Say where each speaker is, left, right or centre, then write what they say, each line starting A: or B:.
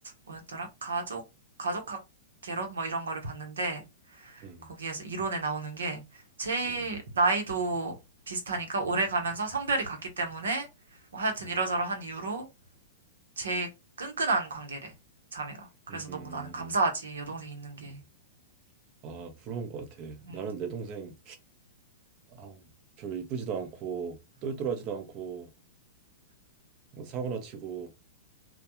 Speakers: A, on the right; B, on the right.
A: 뭐였더라? 가족 가족학 개론 뭐 이런 거를 봤는데
B: 음,
A: 거기에서 이론에 나오는 게 제일
B: 음, 음,
A: 나이도 비슷하니까 오래 가면서 성별이 같기 때문에 뭐 하여튼
B: 음,
A: 이러저러한 이유로 제일 끈끈한 관계래. 자매가. 그래서
B: 음.
A: 너무 나는 감사하지.
B: 음,
A: 여동생 있는 게.
B: 음. 아, 부러운 것 같아.
A: 음.
B: 나는 내 동생, 아, 별로 이쁘지도 않고, 똘똘하지도 않고, 사고나 치고,